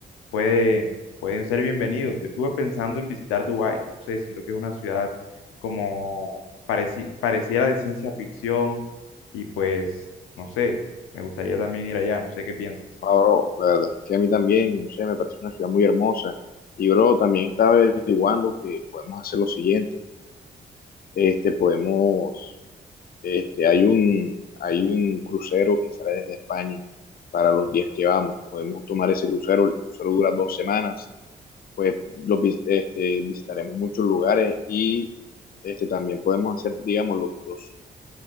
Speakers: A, on the left; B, on the left.
A: puede, pueden ser bienvenidos. Yo estuve pensando en visitar Dubái, no sé, siento que es una ciudad como pareci- pareciera de ciencia ficción y pues, no sé, me gustaría también ir allá, no sé qué piensas.
B: Ahora, la verdad es que a mí también, no sé, me parece una ciudad muy hermosa. Y bro, también estaba averiguando que podemos hacer lo siguiente. Este, podemos, este, hay un, hay un crucero que sale desde España para los días que vamos. Podemos tomar ese crucero, el crucero dura dos semanas pues los, vis- este, visitaremos muchos lugares y este, también podemos hacer, digamos, los, los,